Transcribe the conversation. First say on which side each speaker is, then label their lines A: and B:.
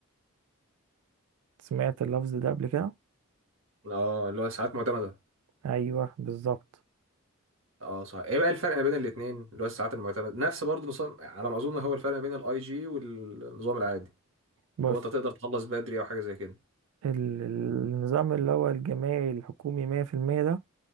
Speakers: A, on the right; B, on the right.
A: سمعت اللفظ ده قبل كده؟
B: اه اللي هو الساعات المعتمده
A: أيوه بالظبط
B: اه صح ايه بقى الفرق ما بين الاثنين اللي هو الساعات المعتمده نفس برضه نظام على ما اظن هو الفرق ما بين الاي جي والنظام العادي
A: بص
B: اللي هو انت تقدر تخلص بدري او حاجه زي كده
A: ال- النظام اللي هو الجامعي الحكومي مية في المية ده